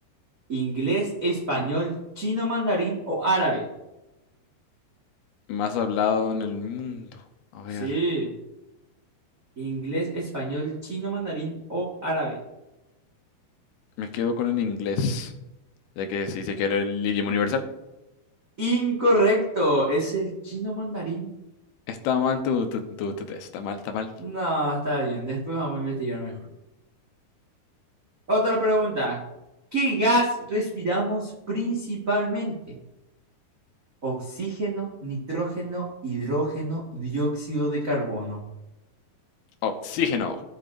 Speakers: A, on the right; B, on the left.
A: ¿Inglés, español, chino, mandarín o árabe?
B: Más hablado en el mundo. A ver.
A: Sí. Inglés, español, chino, mandarín o árabe.
B: Me quedo con el inglés. Ya que se dice que es el idioma universal.
A: Incorrecto. Es el chino mandarín.
B: Está mal tu, tu, tu, tu test. Está mal, está mal.
A: No, está bien. Después vamos a investigar mejor. Otra pregunta. ¿Qué gas respiramos principalmente? Oxígeno, nitrógeno, hidrógeno, dióxido de carbono.
B: Oxígeno.